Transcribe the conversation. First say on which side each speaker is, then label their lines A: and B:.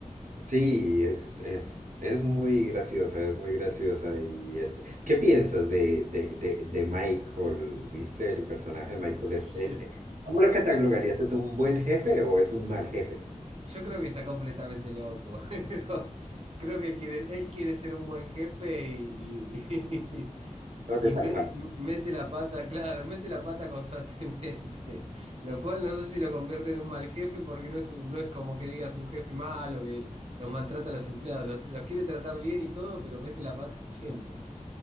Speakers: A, on the right (about 85°); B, on the right (about 50°).
A: Sí, es, es, es muy graciosa, es muy graciosa y este. ¿Qué piensas de, de, de, de Michael? ¿Viste el personaje
B: <laughs>
A: de Michael?
B: Sí.
A: Es, eh, eh, ¿cómo lo catalogarías? ¿Es un buen jefe o es un mal jefe?
B: Yo creo que está completamente loco. <laughs> pero Creo que él quiere, él quiere ser un buen jefe y, y- <laughs>
A: No le
B: Y
A: sale
B: me-
A: mal.
B: mete la pata, claro, mete la pata constantemente, <laughs> lo cual no sé si lo convierte en un mal jefe porque no es, un- no es como que digas un jefe malo que los maltrata a los empleados, los, los quiere tratar bien y todo, pero mete la pata <laughs> siempre.